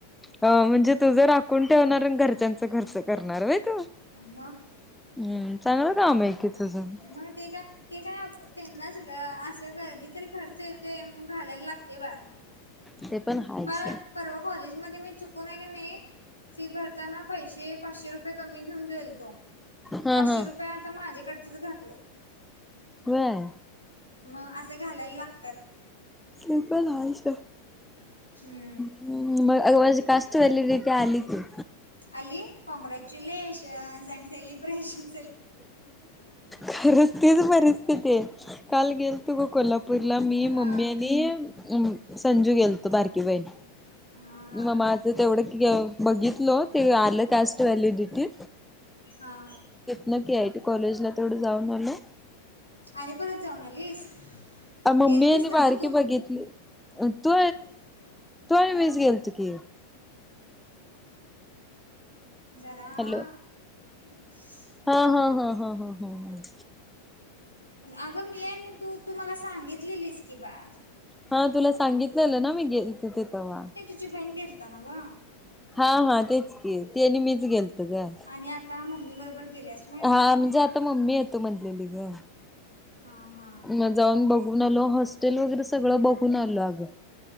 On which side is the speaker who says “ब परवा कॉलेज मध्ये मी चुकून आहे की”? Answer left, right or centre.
Left